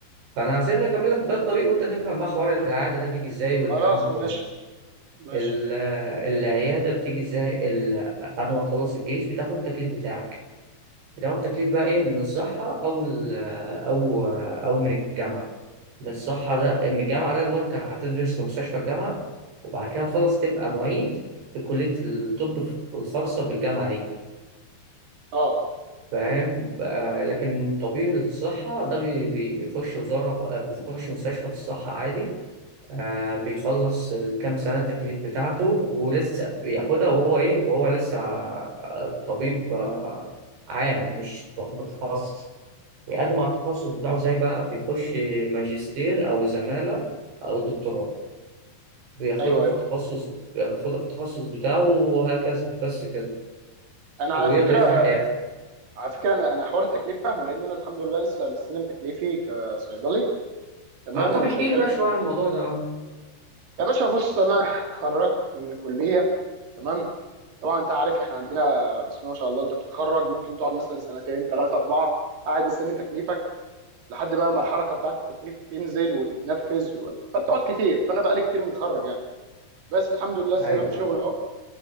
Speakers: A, on the right; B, on the right.
A: فأنا هسيبني أكمل لك بقى الطريق وأنت تفهم بقى حوار العيادة ده بيجي إزاي والكلام
B: خلاص
A: ده كله
B: ماشي ماشي
A: ال- العيادة بتيجي إزاي ال- بعد ما تخلص الجيش بتاخد التكليف بتاعك بيدعموا التكليف بقى ايه من الصحة او ال- او او من الجامعة من الصحة ده من الجامعة ده اللي هو انت هتدرس في مستشفى الجامعة وبعد كده تخلص تبقى معيد في كلية الطب الخاصة بالجامعة دي
B: اه
A: فاهم بقى- لكن طبيب الصحة ده بي- بي- بيخش وزارة بيخش مستشفى في الصحة عادي آه، بيخلص الكام سنة التكليف بتاعته ولسه بياخدها وهو ايه وهو لسه آه، طبيب آه، عام مش طبيب خاص ويقدم على التخصص بتاعه زي بقى بيخش ماجستير أو زمالة أو دكتوراه بياخدها
B: ايوه
A: في
B: ايوه
A: التخصص بياخدها في التخصص بتاعه وهكذا بس كده
B: انا
A: ويقدر
B: على فكره
A: يفتح حياته
B: على فكره انا انا حوار التكليف فاهمه لان انا الحمد لله لسه مستلم تكليفي كصيدلي تمام
A: اه طب
B: وشغال
A: احكي لي بقى
B: في
A: شوية
B: مد...
A: عن الموضوع ده اه
B: يا باشا بص انا <laughs> اتخرجت من الكليه تمام طبعا انت عارف احنا عندنا بسم الله ما شاء الله انت بتتخرج ممكن تقعد مثلا سنتين ثلاثه اربعه قاعد مستني تكليفك لحد بقى ما الحركه بتاعت التكليف تنزل وتتنفذ و... فبتقعد كتير فانا بقالي كتير متخرج يعني بس الحمد لله استلمت
A: ايوه
B: شغل
A: ايوه
B: اهو